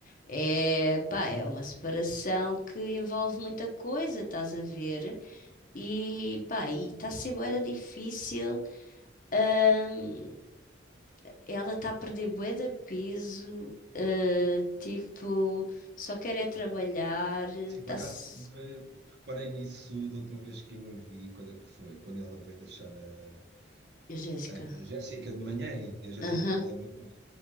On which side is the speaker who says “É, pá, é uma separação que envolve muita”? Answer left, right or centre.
Left